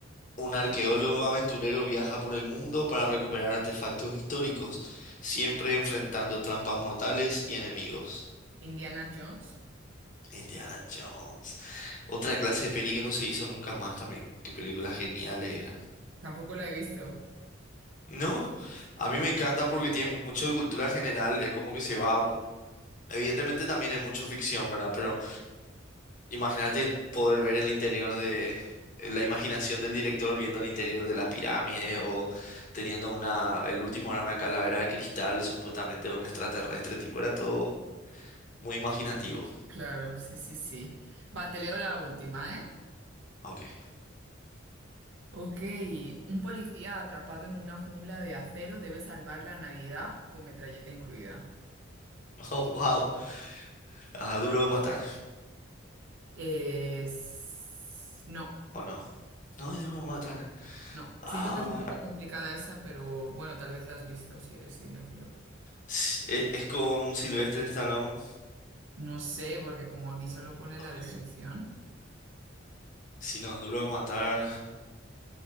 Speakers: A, on the left (about 40°); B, on the right (about 75°).
A: Un arqueólogo aventurero viaja por el mundo para recuperar artefactos históricos, siempre enfrentando trampas mortales y enemigos.
B: Indiana Jones,
A: Indiana Jones. Otra clase de peli que no se hizo nunca más también. Qué películas geniales eran.
B: tampoco la he visto.
A: No, a mí me encanta porque tiene mucho de cultura general, es como que se va... Evidentemente también es mucho ficción, ¿verdad? Pero Imaginarte poder ver el interior de eh, la imaginación del director viendo el interior de las pirámides o teniendo una, el último era una calavera de cristal, supuestamente de un extraterrestre, tipo, era todo muy imaginativo.
B: Claro, sí, sí, sí. Va, te leo la última, ¿eh?
A: Ok. <laughs>
B: Ok, un policía atrapado en una jungla de acero debe salvar la Navidad con metralleta incluida.
A: Oh, wow. Ah, duro de matar.
B: Es- no,
A: ¿O no? No es duro de matar.
B: no. Siento
A: Ah,
B: que es un poco complicada esa, pero bueno, tal vez la has visto si eres cinéfilo.
A: s- e- es, con Sylvester Stallone.
B: No sé, porque como aquí solo pone
A: Ok.
B: la descripción.
A: Si no, es duro de matar.